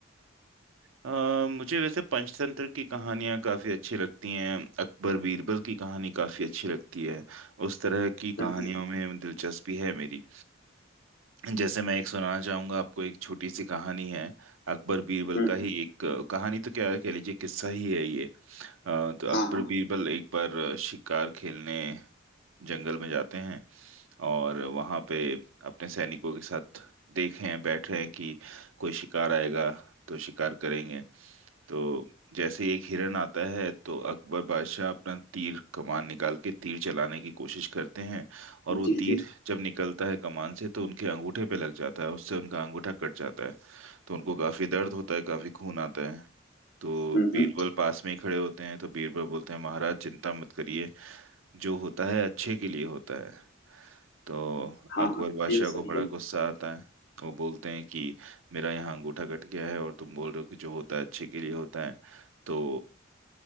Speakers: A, on the right (about 80°); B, on the left (about 60°).
A: अ, मुझे वैसे पंचतंत्र की कहानियां काफी अच्छी लगती हैं अकबर बीरबल की कहानी काफी अच्छी लगती है उस तरह की
B: हम्म
A: कहानियों में दिलचस्पी है मेरी जैसे मैं एक सुनाना चाहूंगा आपको एक छोटी सी कहानी है अकबर बीरबल
B: हम्म, हम्म,
A: का ही एक अ, कहानी तो क्या कह लीजिए किस्सा ही है ये अ, तो
B: हाँ
A: अकबर
B: हाँ
A: बीरबल एक बार अ, शिकार खेलने जंगल में जाते हैं और वहां पे अपने सैनिकों के साथ देखे हैं बैठ रहे हैं कि कोई शिकार आएगा तो शिकार करेंगे तो जैसे ही एक हिरन आता है तो अकबर बादशाह अपना तीर कमान निकाल के तीर चलाने की कोशिश करते हैं और वो
B: जी
A: तीर
B: जी
A: जब निकलता है कमान से तो उनके अंगूठे पे लग जाता है उससे उनका अंगूठा कट जाता है तो उनको काफी दर्द होता है काफी खून आता है तो
B: हम्म
A: बीरबल
B: हम्म,
A: पास में ही खड़े होते हैं तो बीरबल बोलते हैं महाराज चिंता मत करिए जो होता है अच्छे के लिए होता है तो
B: हाँ
A: अकबर
B: हाँ
A: बादशाह
B: यह सही
A: को बड़ा
B: है
A: गुस्सा आता है वो बोलते हैं कि मेरा यहाँ अंगूठा कट गया है और तुम बोल रहे हो कि जो होता है अच्छे के लिए होता है तो